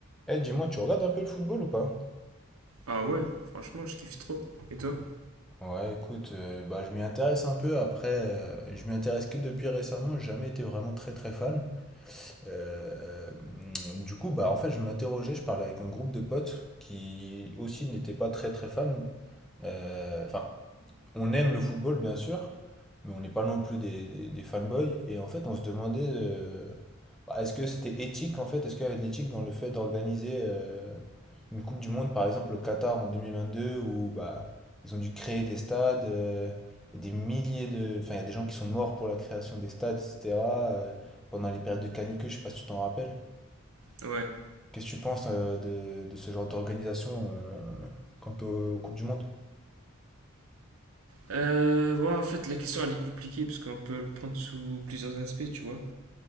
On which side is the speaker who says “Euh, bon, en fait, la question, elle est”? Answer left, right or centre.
Right